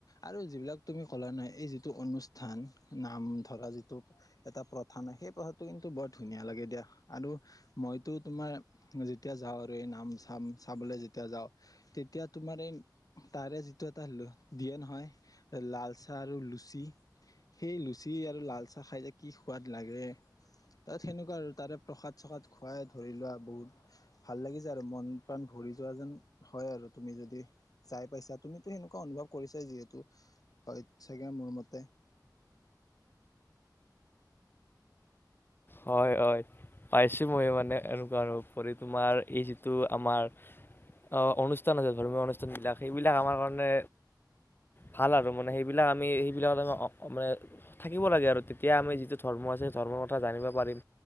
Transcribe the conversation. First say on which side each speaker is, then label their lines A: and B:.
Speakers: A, on the left; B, on the left.
A: আৰু- যিবিলাক তুমি কলা নাই এই যিটো অনুষ্ঠান নাম ধৰা যিটো এটা প্ৰথা নাই সেই প্ৰথাটো কিন্তু বৰ ধুনীয়া লাগে দিয়া আৰু মইতো তোমাৰ যেতিয়া যাওঁ আৰু এই নাম চাম চাবলে যেতিয়া যাওঁ তেতিয়া- তোমাৰ এই তাৰে যিটো এটা হলো দিয়ে নহয় লালচাহ আৰু লুচি সেই লুচি আৰু লাল চাহ খাই যে কি সোৱাদ লাগে তাত সেনেকুৱা আৰু তাৰে প্ৰসাদ চসাদ খোৱাই ধৰি লোৱা বহুত ভাল লাগিছে আৰু মন প্ৰাণ ভৰি যোৱা যেন হয় আৰু তুমি যদি যাই পাইছা তুমিতো সেনেকুৱা অনুভৱ কৰিছে যিহেতু হয় চাগে মোৰ মতে
B: হয় হয় পাইছো মই মানে এনেকুৱা আৰু উপৰি তোমাৰ এই যিটো আমাৰ আহ অনুষ্ঠান আছে ধৰ্মীয় অনুষ্ঠান বিলাক সেইবিলাক আমাৰ কাৰণে ভাল আৰু মানে সেইবিলাক আমি আমি সেইবিলাকত মানে থাকিব লাগে আৰু তেতিয়া আমি যিটো ধৰ্ম আছে ধৰ্ম কথা জানিব, পাৰিম